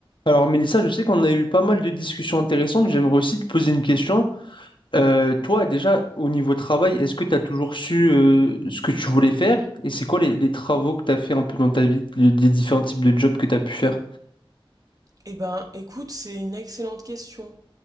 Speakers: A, on the left; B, on the right.
A: Alors Mélissa, je sais qu'on a eu pas mal de discussions intéressantes. J'aimerais aussi te poser une question. Euh, toi, déjà, au niveau travail, est-ce que tu as toujours su euh, ce que tu voulais faire? Et c'est quoi les, les travaux que tu as fait un peu dans ta vie, les, les différents types de jobs que tu as pu faire?
B: Eh ben, écoute, c'est une excellente question.